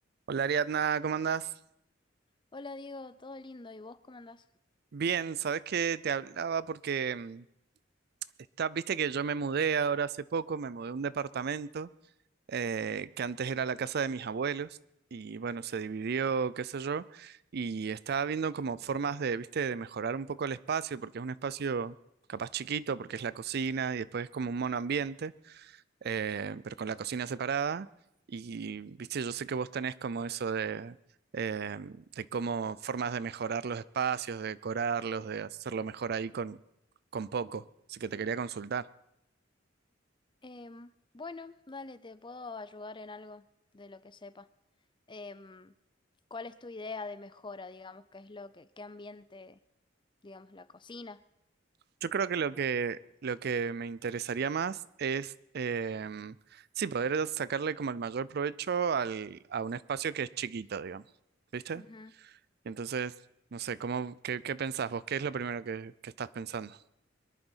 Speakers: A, on the right (about 55°); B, on the left (about 25°).
A: Hola Ariadna, ¿cómo andás?
B: Hola Diego, todo lindo, ¿y vos cómo andás?
A: Bien, sabes que te hablaba porque mm, está, viste que yo me mudé ahora hace poco, me mudé a un departamento eh, que antes era la casa de mis abuelos y bueno, se dividió, qué sé yo, y estaba viendo como formas de, viste, de mejorar un poco el espacio porque es un espacio capaz chiquito porque es la cocina y después es como un monoambiente. eh, pero con la cocina separada. Y, viste, yo sé que vos tenés como eso de, eh, de cómo formas de mejorar los espacios, de decorarlos, de hacerlo mejor ahí con, con poco. Así que te quería consultar.
B: Em, bueno, dale, te puedo ayudar en algo de lo que sepa. Em, ¿cuál es tu idea de mejora, digamos? ¿Qué es lo que, qué ambiente, digamos, la cocina?
A: Yo creo que lo que, lo que me interesaría más es, em, sí, poder sacarle como el mayor provecho al, a un espacio que es chiquito, digamos. ¿Viste?
B: Ujú.
A: Y entonces, no sé, ¿cómo, qué, qué pensás vos? ¿Qué es lo primero que, que estás pensando?